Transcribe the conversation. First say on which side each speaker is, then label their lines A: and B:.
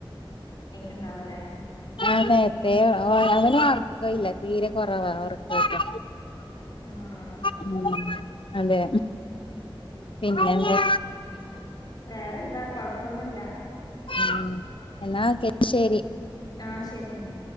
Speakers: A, on the left; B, on the left.
A: ഉണ്ടാവൂലേ
B: ആ നേരത്തെ അവന് ഉറക്ക ഇല്ല തീരെ കുറവാ ഉറക്കൊക്കെ
A: ആഹ്
B: ഉം അതെ പിന്നെന്താ
A: വേറെ എന്താ കൊഴപ്പൊന്നുമില്ല
B: ആം എന്നാക്കെ ശരി
A: ആഹ് ശരി